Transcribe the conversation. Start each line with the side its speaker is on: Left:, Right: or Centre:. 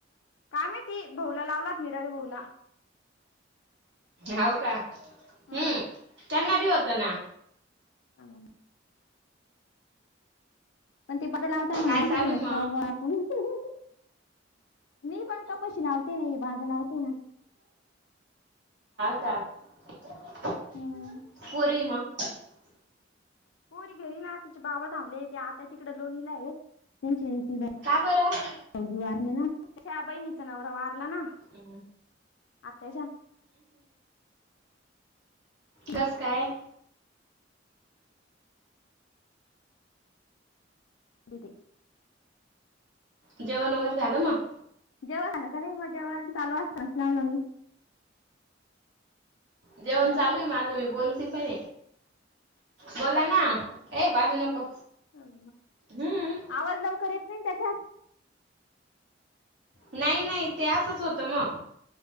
Left: काय मा ती भाऊला लावलात मीरावी भाऊला
Right: हो का
Left: हा.
Right: हम्म त्यांना भी होत ना
Left: हा. <unintelligible>
Right: काय चालू आहे मग?
Left: मी पण <unintelligible> लावते नाही <unintelligible> लावते
Right: <unintelligible>
Left: हम्म कोणी घरी ना तिचे बाबा थांबले, आता तिकड लोणीला आहे, <unintelligible>
Right: का बरं?
Left: <unintelligible> तिचा नवरा वारला ना
Right: हम्म
Left: आताश तिथे
Right: कस काय?
Left: <inaudible> <inaudible> विधे
Right: जेवण वगैरे झालं मग
Left: जेवण आलं का नाही मग जेवण चालू असणारस लावला मी
Right: जेवण
Left: हॅलो
Right: चालू आहे माझं मी बोलते पण बोला ना ए बाजू नको
Left: ह
Right: हम्म
Left: आवाज लवकर येत नाही त्याच्यात
Right: नाही नाही ते असच होतं मग